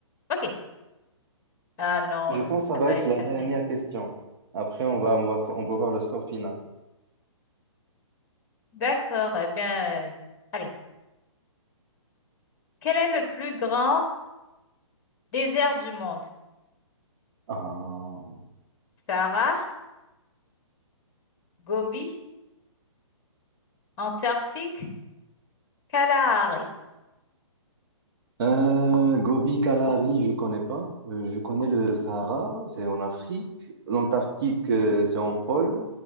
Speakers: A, on the left; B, on the right.
A: ok. Ah non,
B: Je
A: euh,
B: pense
A: ça
B: que ça va
A: va
B: être
A: être
B: la
A: facile.
B: dernière question. Après, on va, on va, on va voir le score final.
A: D'accord. Eh bien, euh, allez. Quel est le plus grand désert du monde?
B: Ah.
A: Sahara, Gobi, Antarctique, Kalahari.
B: Euh, Gobi, Kalahari, je connais pas. Euh, je connais le Sahara, c'est en Afrique. L'Antarctique, euh, c'est en pôle.